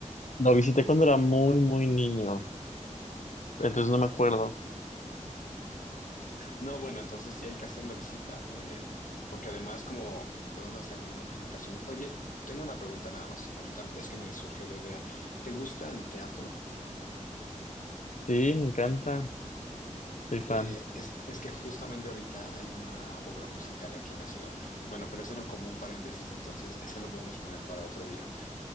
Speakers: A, on the left; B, on the left.
A: Lo visité cuando era muy, muy niño, entonces no me acuerdo.
B: No, bueno, entonces sí hay que hacer la visita, eh, porque además como podemos hacer alguna presentación. Oye, tengo una pregunta nada más, ahorita es que me surgió la idea. ¿Te gusta el teatro?
A: Sí, me encanta, soy
B: Eh,
A: fan.
B: es, es que justamente ahorita hay una obra musical aquí en la ciudad. Bueno, pero ese era como un paréntesis, entonces ese lo podemos poner para otro día.